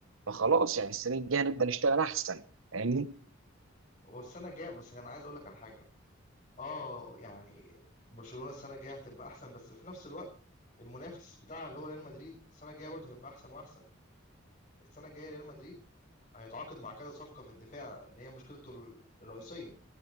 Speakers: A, on the right; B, on the left.
A: فخلاص يعني السنه الجايه نبدا نشتغل احسن يعني
B: هو السنة الجاية بس انا عايز اقول لك على حاجة اه يعني برشلونة السنة الجاية هتبقى احسن بس في نفس الوقت المنافس بتاعها اللي هو ريال مدريد السنة الجاية برضه هيبقى احسن واحسن السنة الجاية ريال مدريد هيتعاقد مع كذا صفقة في الدفاع اللي هي مشكلته ال- الرئيسية